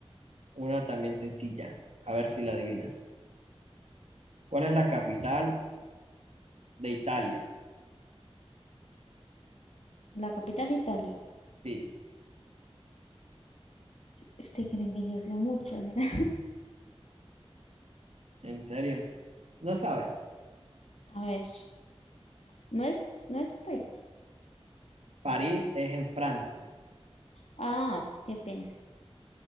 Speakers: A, on the right; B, on the left.
A: una también sencilla, a ver si la adivinas. ¿Cuál es la capital de Italia?
B: La capital de Italia.
A: Sí,
B: Usted cree que yo sé mucho, ¿verdad?
A: ¿en serio? No sabe.
B: <laughs> A ver, no es, no es París.
A: París es en Francia.
B: Ah, qué pena.